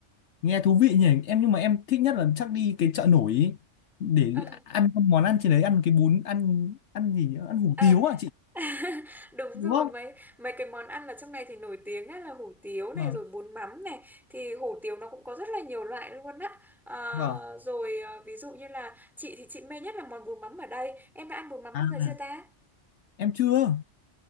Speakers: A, on the left; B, in the centre.
A: nghe thú vị nhỉ em nhưng mà em thích nhất là chắc đi cái chợ nổi ý, để
B: Ờ.
A: ăn con món ăn trên đấy ăn cái bún ăn ăn gì nhỉ? ăn hủ
B: À,
A: tiếu à chị
B: <laughs> đúng
A: đúng
B: rồi
A: không
B: mấy mấy cái món ăn ở trong này thì nổi tiếng á, là hủ tiếu này
A: vâng
B: rồi bún mắm này thì hủ tiếu nó cũng có rất là nhiều loại luôn á à,
A: vâng
B: rồi à, ví dụ như là chị thì chị mê nhất là món bún mắm ở đây em đã ăn bún mắm
A: à
B: bao giờ chưa ta
A: em chưa